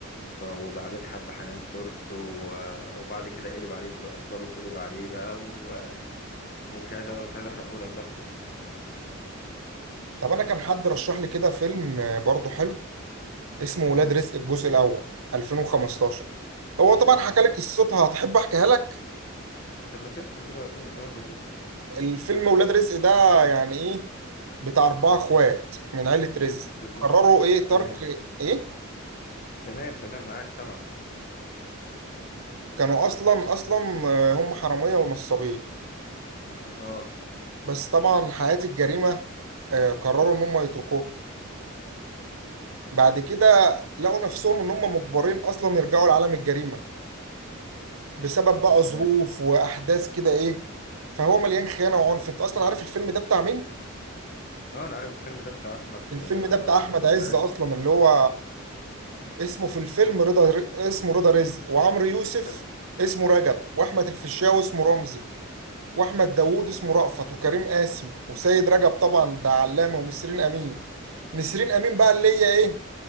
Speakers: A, on the left (about 45°); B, on the right (about 80°).
A: ف وبعدين حب حنان ترك و... وبعد كده قلب عليه الظ- الظابط قلب عليه بقى و... ومش عايز مش عايز احرقهولك بقى في الاخر
B: طب انا كان حد رشح لي كده فيلم آه، برضه حلو اسمه ولاد
A: مم.
B: رزق الجزء الاول 2015 هو طبعا
A: مم.
B: حكى لك قصتها هتحب احكيها لك
A: طب ما تحكي كده وريني قول لي كده
B: الفيلم ولاد رزق ده يعني ايه بتاع اربعة اخوات من عيلة رزق
A: بالظبط
B: قرروا ايه
A: تمام
B: ترك ايه
A: تمام تمام معاك سامعك
B: كانوا اصلا اصلا آه، هم حرامية ونصابين
A: اه
B: بس طبعا حياة الجريمة آه، قرروا ان هم يتركوها بعد كده لقوا نفسهم ان هم مجبرين اصلا يرجعوا لعالم الجريمة بسبب بقى
A: تمام
B: ظروف واحداث كده ايه فهو مليان خيانة وعنف انت اصلا عارف الفيلم ده بتاع مين؟
A: اه انا عارف الفيلم ده بتاع احمد
B: الفيلم
A: آه،
B: ده بتاع احمد عز
A: عز
B: اصلا اللي هو اسمه في الفيلم رضا ر... اسمه رضا رزق وعمرو يوسف
A: خل...
B: اسمه رجب واحمد الفيشاوي اسمه رمزي واحمد داوود اسمه رأفت وكريم قاسم وسيد رجب طبعا ده علامة ونسرين امين نسرين امين بقى اللي هي ايه